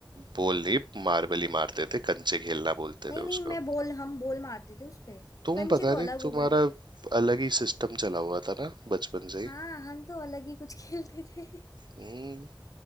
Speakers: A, on the right; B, on the left.
A: बोल नहीं मार्बल ही मारते थे कंचे खेलना बोलते
B: नहीं
A: थे
B: नहीं
A: उसको
B: मैं बॉल हम बॉल मारते थे उसपे
A: तुम
B: कंचे
A: पता
B: तो
A: नहीं
B: अलग
A: तुम्हारा
B: हो गए
A: अलग ही सिस्टम चला हुआ था ना बचपन से ही
B: हाँ हम तो अलग ही कुछ <laughs> खेलते थे कुछ
A: हम्म,